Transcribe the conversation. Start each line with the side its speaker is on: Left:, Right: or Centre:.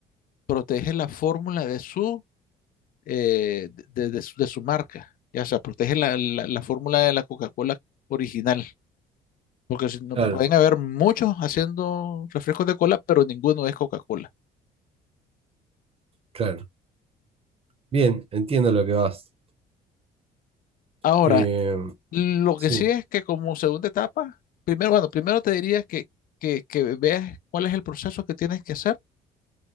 Left: protege la fórmula de su, eh, de, de- de su, de su marca, ya, o sea, protege la, la la fórmula de la Coca-Cola original. Porque si no,
Right: claro,
Left: pueden haber muchos haciendo refrescos de cola, pero ninguno es Coca-Cola.
Right: claro. Bien, entiendo lo que vas.
Left: Ahora,
Right: Eh,
Left: lo
Right: Sí,
Left: que sí es que como segunda etapa, primero, bueno, primero te diría que, que, que veas cuál es el proceso que tienes que hacer